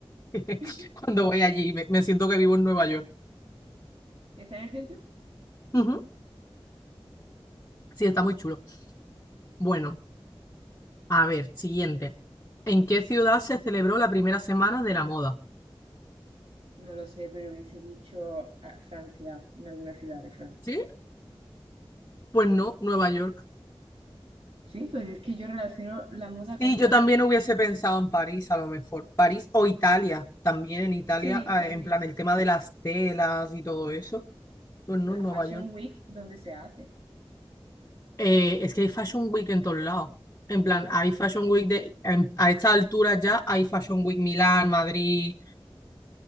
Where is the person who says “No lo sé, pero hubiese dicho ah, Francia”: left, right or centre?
Right